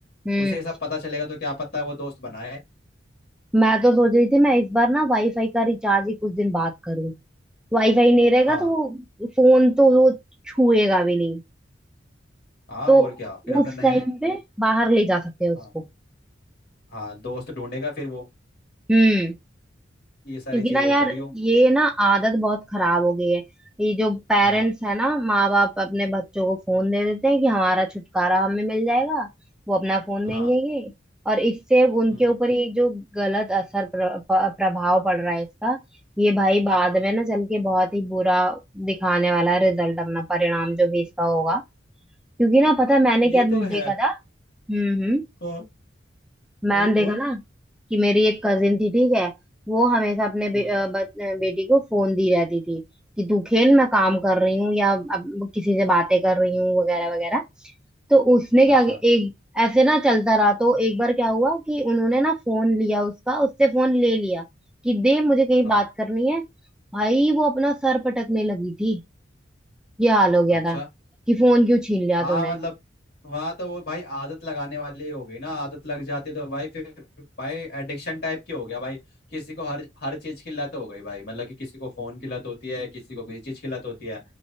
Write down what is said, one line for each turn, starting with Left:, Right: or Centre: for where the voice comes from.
Centre: हम्म
Left: उसे ये सब पता चलेगा तो क्या पता है वो दोस्त बनाए
Centre: मैं तो सोच रही थी मैं इस बार ना वाईफाई का रिचार्ज ही कुछ दिन बाद करूँ वाईफाई नहीं रहेगा
Left: हाँ
Centre: तो वो फोन तो वो छुएगा भी नहीं
Left: हाँ
Centre: तो
Left: और क्या फिर अपने
Centre: उस
Left: नए
Centre: टाइम पे बाहर ले जा सकते हैं उसको
Left: हाँ हाँ दोस्त ढूंढेगा फिर वो
Centre: हम्म
Left: ये सारी
Centre: क्योंकि
Left: चीजें
Centre: ना यार
Left: करियो
Centre: ये ना आदत बहुत खराब हो गई है ये जो पेरेंट्स
Left: हाँ
Centre: है ना माँ बाप अपने बच्चों को फोन दे देते हैं कि हमारा छुटकारा हमें मिल जाएगा वो अपना फोन देंगे
Left: हाँ
Centre: ये और इससे उनके
Left: हम्म
Centre: ऊपर ये जो गलत असर प्र, प- प्रभाव पड़ रहा है इसका ये भाई बाद में ना चल के बहुत ही बुरा दिखाने वाला है रिजल्ट अपना परिणाम जो भी इसका होगा क्योंकि ना पता है मैंने
Left: ये
Centre: क्या देखा
Left: तो है
Centre: था हम्म हम्म
Left: हाँ
Centre: मैंने
Left: बोल
Centre: देखा
Left: बोल
Centre: ना कि मेरी एक कजिन थी ठीक है वो हमेशा अपने बे,
Left: हम्म
Centre: अ, ब, अ, बेटी को फोन दी रहती थी कि तू खेल मैं काम कर रही हूँ या अब किसी से बातें कर रही हूँ वगैरह वगैरह तो उसने क्या
Left: अच्छा
Centre: एक ऐसे ना चलता रहा तो एक बार क्या हुआ कि उन्होंने ना फोन लिया उसका उससे फोन ले लिया कि दे मुझे कहीं
Left: हाँ
Centre: बात करनी है भाई वो अपना सर पटकने लगी थी ये हाल हो गया
Left: अच्छा
Centre: था कि फोन क्यों छीन लिया
Left: हाँ
Centre: तूने
Left: मतलब वहाँ तो वो भाई आदत लगाने वाली हो गई ना आदत लग जाती है तो भाई फिर भाई एडिक्शन टाइप की हो गया भाई किसी को हर हर चीज की लत हो गई भाई मतलब कि किसी को फोन की लत होती है किसी को किसी चीज की लत होती है